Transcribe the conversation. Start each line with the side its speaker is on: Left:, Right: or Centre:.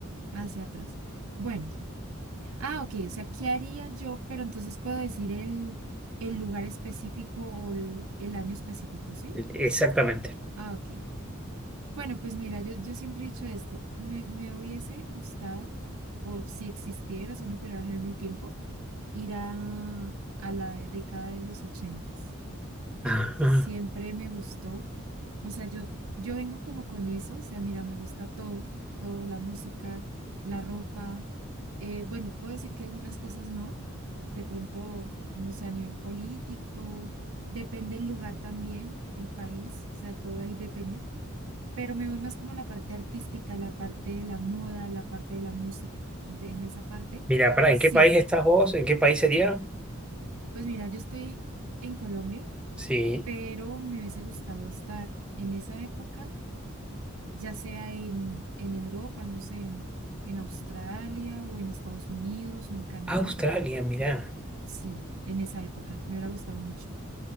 Right: hacia atrás? Bueno, ah, ok, o sea, ¿qué haría yo? Pero entonces puedo decir el, el lugar específico o el, el año específico, ¿sí?
Centre: Exactamente.
Right: Ah, ok. Bueno, pues mira, yo, yo siempre he dicho esto, me, me hubiese gustado, o si existiera, si uno pudiera viajar en el tiempo ir a, a la década de los ochentas.
Centre: Ajá.
Right: Siempre me gustó. O sea, yo, yo vengo como con eso. O sea, mira, me gusta todo, todo, la música, la ropa. Eh, bueno, puedo decir que algunas cosas no. De pronto, no sé, a nivel político, depende el lugar también, el país, o sea, todo ahí depende. Pero me voy más como a la parte artística, la parte de la moda, la parte de la música. De- en esa parte,
Centre: Mira, pará,
Right: sí.
Centre: ¿en qué país estás vos? ¿En qué país sería?
Right: Pues mira, yo estoy en Colombia,
Centre: Sí.
Right: pero me hubiese gustado estar en esa época, ya sea en, en Europa, no sé, en, en Australia o en Estados Unidos o en Canadá.
Centre: Australia, mirá.
Right: Sí, en esa época, me hubiera gustado mucho.